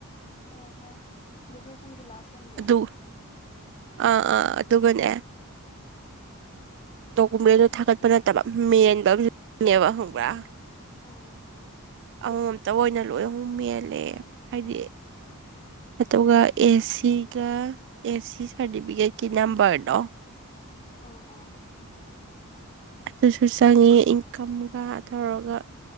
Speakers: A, on the left; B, on the right.
A: ꯑꯣ ꯑꯣ ꯒ꯭ꯔꯦꯖꯨꯌꯦꯁꯟꯒꯤ ꯂꯥꯁ ꯃꯟꯒꯤ
B: ꯑꯗꯨ ꯑꯥ ꯑꯥ ꯑꯗꯨꯒꯅꯦ ꯗꫭꯀꯨꯝꯃꯦꯟꯗꯨ ꯊꯥꯒꯠꯄ ꯅꯠꯇꯕ ꯃꯦꯟꯕꯝ ꯅꯦ ꯍꯪꯕ꯭ꯔꯥ
A: ꯑꯥ
B: ꯑꯃꯝꯇꯪ ꯑꯣꯏꯅ ꯂꯣꯏꯅ ꯑꯃꯨꯛ ꯃꯦꯜꯂꯦ ꯍꯥꯏꯗꯤ ꯑꯗꯨꯒ ꯑꯦꯁꯤꯒ ꯑꯦꯁꯤ ꯁꯥꫪꯇꯤꯐꯤꯀꯦꯠꯀꯤ ꯅꯝꯕꫪꯗꯣ
A: ꯑ ꯑ
B: ꯑꯗꯨꯁꯨ ꯆꯪꯉꯤ ꯏꯟꯀꯝꯒ ꯇꯧꯔꯒ